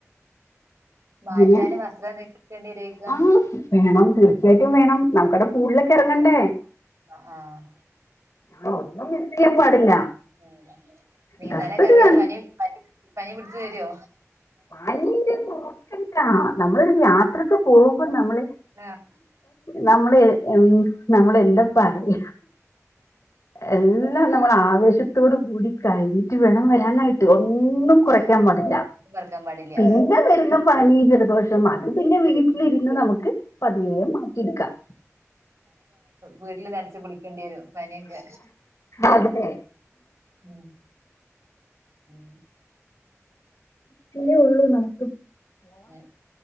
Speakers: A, on the right; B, on the left.
A: മാറ്റാന്
B: എങ്ങനെയാ
A: വസ്ത്രം എന്തേ എടുക്കേണ്ടി വരുയാക്കും
B: ആ വേണം തീർച്ചയായിട്ടും വേണം നമുക്കിവിടെ പൂളിലൊക്കെ ഇറങ്ങണ്ടേ
A: ആഹ് ആഹ്
B: ഞ ഒന്നും മിസ്ചെയ്യാൻ പാടില്ല
A: ഏ നീന്താനൊക്കെ
B: ഡ്രസ്സ്
A: ഇറങ്ങിയാ പനി പനി പനിപിടിച്ചു വരോ
B: പനിന്റെ നോക്കണ്ട നമ്മളൊരു യാത്രക്ക് പോകുമ്പം നമ്മള്
A: <unintelligible>
B: നമ്മൾ ഹെ നമ്മള് എന്താ പറയാ എല്ലാം നമ്മൾ ആവേശത്തോട് കൂടി കഴിഞ്ഞിട്ട് വേണം വരാനായിട്ട് ഒ ന്നും കുറക്കാൻ
A: ആഹ്
B: പടില്ല.
A: പറക്കാൻ പാടില്ല
B: പിന്നെ വരുന്ന പനി ഇതൊക്കെ ജലദോഷം അത് പിന്നെ വീട്ടിലിരുന്ന് നമുക്ക് പതിയെ
A: ഉം
B: മാറ്റിയെടുക്കാം
A: വീട്ടിൽ നരിച്ച് കുളി ക്കേണ്ടി വരും പനിയൊക്കെ
B: അതെ
A: ഉം ഉം
B: പീയെ ഉള്ളൂ നമ്മ
A: എ